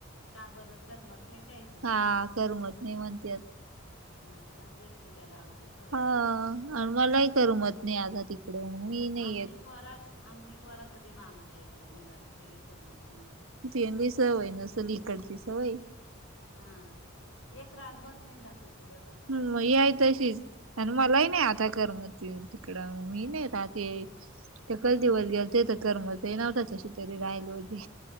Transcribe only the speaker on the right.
हा करमत नाही म्हणत्यात
हा आणि मलाही करमत नाही आता तिकड म मी नाही
येत.
तनली सवय नसली कडची सवय
मग या तशीच आणि मलाही नाही आता करमत तिकडं मी नाही रात एकाच दिवस गेलते तर करमत ही नव्हत कशी तरी राहिले होते.